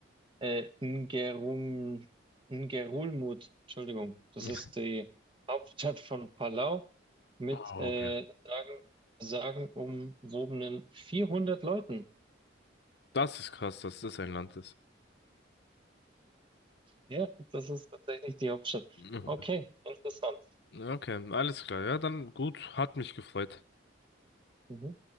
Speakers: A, on the right (about 25°); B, on the left (about 60°).
A: äh, Ngerum, Ngerulmud. Entschuldigung, das
B: <laughs>
A: ist die Hauptstadt von Palau mit
B: Oh,
A: äh,
B: okay.
A: sagen, sagenumwobenen 400 Leuten.
B: Das ist krass, dass das ein Land ist.
A: Ja, das ist tatsächlich die Hauptstadt.
B: Mhm.
A: Okay, interessant.
B: Okay, alles klar. Ja, dann gut, hat mich gefreut.
A: Mhm.